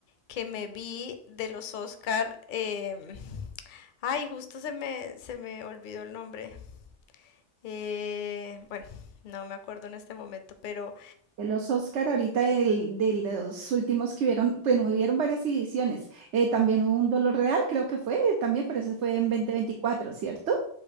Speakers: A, on the left (about 50°); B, on the right (about 80°).
A: que me vi de los Oscar, em, ay, justo se me, se me olvidó el nombre. Eh, bueno, no me acuerdo en este momento, pero
B: De los Oscar, ahorita del- de los últimos que hubieron, bueno, hubieron varias ediciones. Eh, también hubo un Dolor Real, creo que fue eh, también, pero ese fue en 2024, ¿cierto?